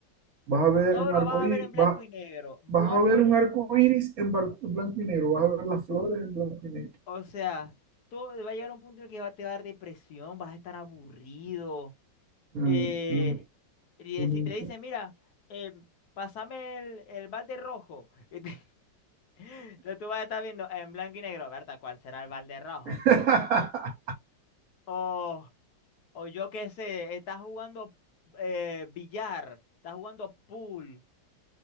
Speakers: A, on the right; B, on the left.
A: Vas a ver
B: todo
A: un
B: lo
A: arco
B: vas
A: iris,
B: a ver en blanco
A: vas,
B: y negro.
A: vas
B: Un
A: a
B: arco
A: ver
B: iris,
A: un arco iris en bar- blanco y negro, vas a ver las flores en blanco y negro.
B: o sea, todo va a llegar a un punto en el que va- te va a dar depresión, vas a estar aburrido.
A: Mm,
B: Eh,
A: un-
B: y
A: un-
B: si te dice, mira, eh, pásame el, el balde rojo. <laughs> Entonces tú vas a estar viendo en blanco y negro, Berta, ¿cuál será el balde rojo?
A: <laughs>
B: O, o yo qué sé, estás jugando eh, billar, estás jugando pool.